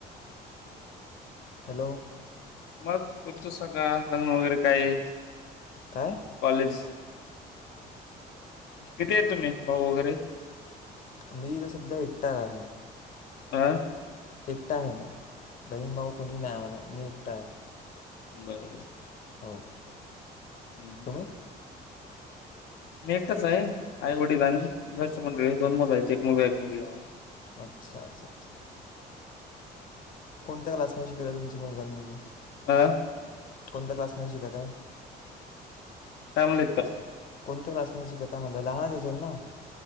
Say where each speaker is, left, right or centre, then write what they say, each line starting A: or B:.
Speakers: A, on the left (about 55°); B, on the left (about 85°).
A: हॅलो.
B: मग तुमचं सगळं लग्न वगैरे काय?
A: काय
B: कॉलेज- किती आहे तुम्ही? भाऊ वगैरे-
A: मी तर सध्या एकटा आहे.
B: आं?
A: एकटा आहे मी. बहीण भाऊ कोणी नाही आम्हाला मी एकटा आहे.
B: बरोबर.
A: हो.
B: हम्म.
A: तुम्ही
B: मी एकटाच आहे आई वडील आणि घरच्या मंडळी दोन मुल आहेत. एक मुलगा एक मुलगी मला.
A: अच्छा अच्छा अच्छा. कोणत्या क्लासमध्ये शिकलाय तुमच्या मुलगां आणि मुलगि?
B: आ.
A: कोणत्या क्लासमध्ये शिकत हाय?
B: <unintelligible>
A: कोणत्या क्लासमध्ये शिकत आहे म्हणल लहानच असेल ना?